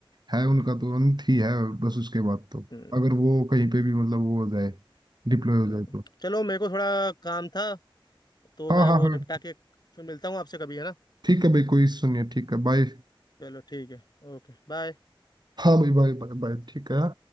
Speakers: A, on the right (about 50°); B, on the left (about 50°).
A: है उनका तो अंत ही है बस उसके बाद तो
B: हम्म,
A: अगर वो कहीं पे भी मतलब वो हो जाए डिप्लॉय हो
B: हम्म।
A: जाए तो
B: चलो मेरे को थोड़ा काम था तो
A: हाँ
B: मैं
A: हाँ
B: वो
A: हाँ
B: निपटा के फिर मिलता हूँ आपसे कभी है ना
A: ठीक है भाई कोई सुनिए ठीक है बाय
B: चलो ठीक है ओके बाय
A: हाँ भाई बाय बाय बाय ठीक है